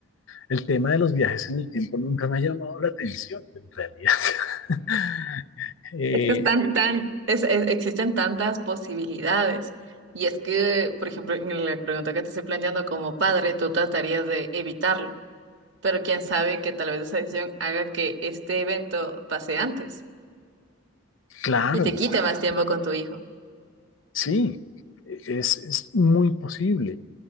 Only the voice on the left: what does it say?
el tema de los viajes en el tiempo nunca me ha llamado la atención, en realidad. <laughs> Eh,
claro,
sí, es, es muy posible.